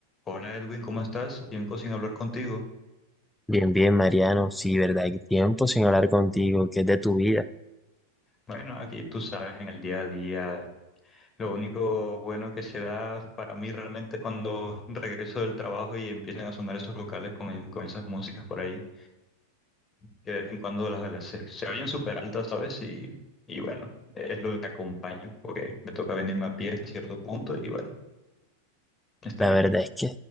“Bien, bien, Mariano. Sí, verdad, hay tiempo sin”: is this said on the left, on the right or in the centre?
Centre